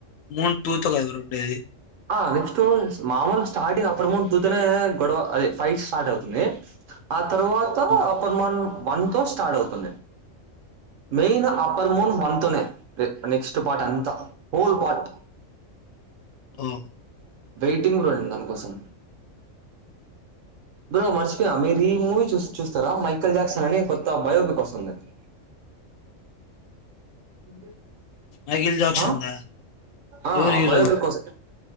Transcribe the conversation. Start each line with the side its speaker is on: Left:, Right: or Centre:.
Left: moon two తో కదా బ్రో ఉండేది
Right: ఆ నెక్స్ట్ మామూలు స్టార్టింగ్ అప్పర్ మున్ టు తోనే గొడవ అది ఫైట్ స్టార్ట్ అవుతుంది ఆ తర్వాత
Left: ఆ,
Right: అప్పుర్ మన్ వన్ తో స్టార్ట్ అవుతుంది మెయిన్ అప్పర్ మున్ వన్ తో నే నెక్స్ట్ పార్ట్ అంతా హోల్ పార్ట్
Left: ఆ
Right: వెయిటింగ్ బ్రో నేను దానికోసం బ్రో మర్చిపోయా మీరు ఈ మూవీ చూ చూస్తారా మైకల్ జాక్సన్ అని కొత్త బయోపిక్ వస్తుంది ఇ
Left: మైకిల్ జాక్సన్
Right: అ
Left: దా
Right: ఆ
Left: ఎవరు హీరో
Right: బయోపిక్ వస్త్